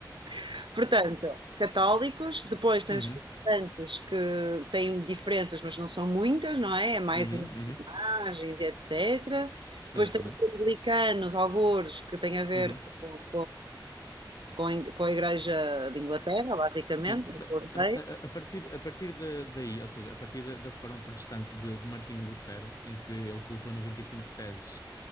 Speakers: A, on the right; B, on the left.
A: <laughs> portanto, católicos, depois tens
B: Uhum,
A: protestantes que têm diferenças, mas não são muitas, não é? É mais
B: uhum, uhum.
A: imagens e etc. Depois
B: Exatamente.
A: tens anglicanos, algures que têm a ver
B: Uhum.
A: com, com, com a Igreja de Inglaterra, basicamente,
B: Sim, a,
A: com reis.
B: a- a partir, a partir da- daí, ou seja, a partir da, da reforma protestante de, de Martinho Lutero, em que ele colocou 95 teses